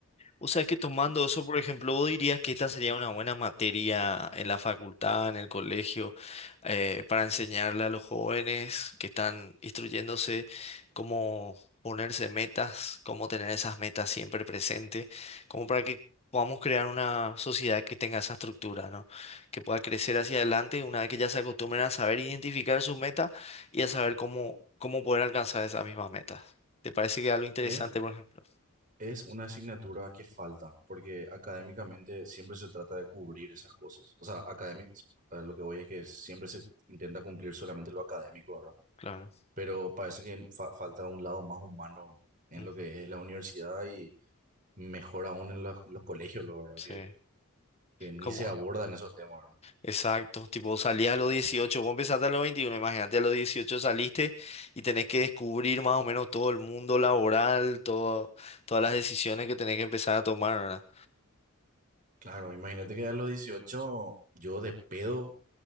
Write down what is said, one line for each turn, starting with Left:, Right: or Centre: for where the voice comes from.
Left: O sea que tomando eso, por ejemplo, vos dirías que esta sería una buena materia en la facultad, en el colegio, eh, para enseñarle a los jóvenes que están instruyéndose cómo ponerse metas, cómo tener esas metas siempre presentes, como para que podamos crear una sociedad que tenga esa estructura, ¿no? Que pueda crecer hacia adelante una vez que ya se acostumbren a saber identificar sus metas y a saber cómo, cómo poder alcanzar esas mismas metas. ¿Te parece que es algo interesante,
Right: Es,
Left: por ejemplo?
Right: es una asignatura que falta porque académicamente siempre se trata de cubrir esas cosas. O sea, académic, a lo que voy es que siempre se intenta cumplir solamente lo académico, ¿verdad?
Left: Claro.
Right: Pero parece que fa- falta un lado más humano en
Left: Ujú.
Right: lo que es la universidad y mejor aún en los, los colegios, lo ¿verdad?
Left: Sí,
Right: Que, que ni
Left: como,
Right: se abordan esos temas, ¿verdad?
Left: exacto, tipo salías a los 18, vos empezaste a los 21. imagínate a los 18 saliste y tenés que descubrir más o menos todo el mundo laboral, todo, todas las decisiones que tenés que empezar a tomar, ¿verdad?
Right: Claro, imagínate que a los 18 yo de pedo